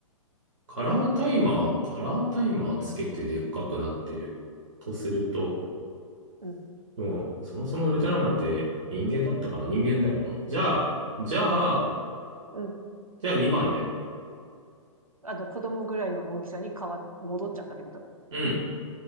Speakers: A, on the right; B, on the right.
A: カラータイマー、カラータイマーつけてでっかくなってる。とすると、
B: うん。
A: もう、そもそもウルトラマンって人間だったかな人間だよな。じゃあ、じゃあ、
B: うん。
A: じゃあ2番で。
B: あの、子供ぐらいの大きさに変わ、戻っちゃったってこと。
A: うん。